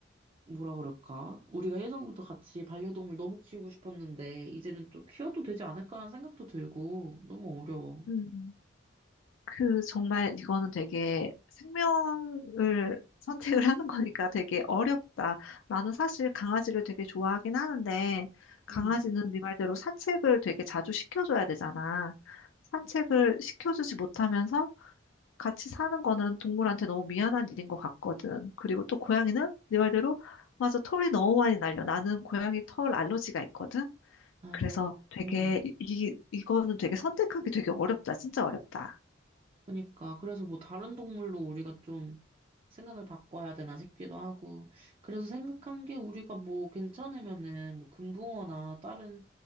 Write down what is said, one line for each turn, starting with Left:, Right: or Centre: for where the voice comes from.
Right: 뭐라 그럴까? 우리가 예전부터 같이 반려동물 너무 키우고 싶었는데 이제는 또 키워도 되지 않을까라는 생각도 들고 너무 어려워.
Left: 응 그 정말 이거는 되게 생명을 선택을 하는 거니까 되게 어렵다. 나는 사실 강아지를 되게 좋아하긴 하는데 강아지는
Right: 음.
Left: 네 말대로 산책을 되게 자주 시켜줘야 되잖아. 산책을 시켜주지 못하면서 같이 사는 거는 동물한테 너무 미안한 일인 것 같거든. 그리고 또 고양이는 네 말대로 맞아 털이 너무 많이 날려. 나는 고양이 털 알러지가 있거든.
Right: 아,
Left: 그래서
Right: 그렇군
Left: 되게 이, 이 이거는 되게 선택하기 되게 어렵다. 진짜 어렵다.
Right: 그러니까 그래서 뭐 다른 동물로 우리가 좀 생각을 바꿔야 되나 싶기도 하고 그래서 생각한 게 우리가 뭐 괜찮으면은 뭐 금붕어나 다른